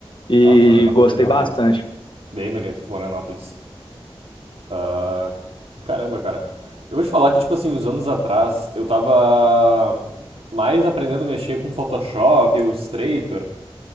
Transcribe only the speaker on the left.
e
gostei
bastante.